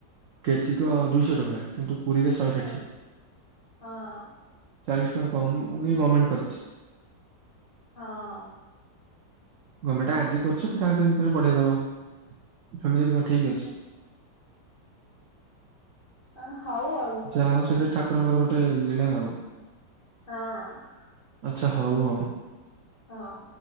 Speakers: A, on the right (about 80°); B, on the left (about 60°).
A: କେଜିକ ଦୁଇଶହ ଟଙ୍କା। କିନ୍ତୁ ପୁରୀରେ ଶହେ
B: ହଁ।
A: ଷାଠିଏ।
B: ହଁ।
A: ଚାଳିଶ ଟଙ୍କା କମ ବି ଗମେଣ୍ଟ କରିଛି।
B: ହଁ।
A: ଗମେଣ୍ଟ ଆଜି କରୁଛ ଫେର୍ ଆଉ କେଇଦିନ ପରେ ବଢେଇ ଦବ ସେମିତି କିଛି କଣ ଠିକ ଅଛି?
B: ଆ ହଉ ଆଉ।
A: ଯାହା ହଉ ସେଟା ଠାକୁରଙ୍କର ଗୋଟେ ଲୀଳା ଆଉ।
B: ହଁ।
A: ଆଚ୍ଛା ହଉ ହଉ।
B: ହଁ।